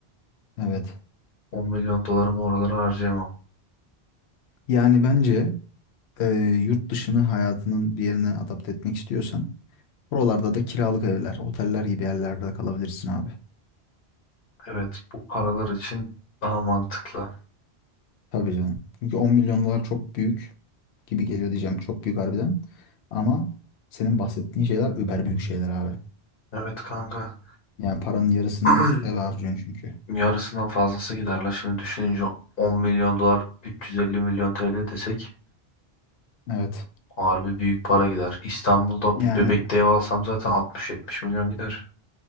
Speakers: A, on the left; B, on the left.
A: Evet.
B: 10 milyon dolarımı oralara harcayamam.
A: Yani bence eee, yurt dışını hayatının bir yerine adapte etmek istiyorsan oralarda da kiralık evler, oteller gibi yerlerde kalabilirsin abi.
B: Evet, bu paralar için daha mantıklı.
A: Tabii canım. Çünkü 10 milyon dolar çok büyük gibi geliyor diyeceğim. Çok büyük harbiden. Ama senin bahsettiğin şeyler über büyük şeyler abi.
B: Evet kanka.
A: Yani paranın yarısını
B: <clears throat>
A: eve harcıyorsun çünkü.
B: Yarısından fazlası gider la. Şimdi düşününce 10 milyon dolar 350 milyon TL desek
A: Evet.
B: Harbi büyük para gider. İstanbul'da
A: Yani
B: bir bebekte ev alsam zaten 60-70 milyon gider.